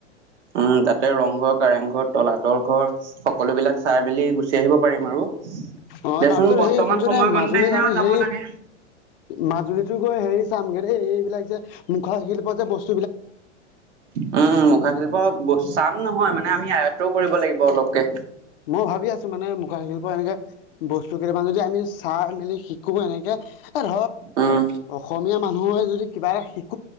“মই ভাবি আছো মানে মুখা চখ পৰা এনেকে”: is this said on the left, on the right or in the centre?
Left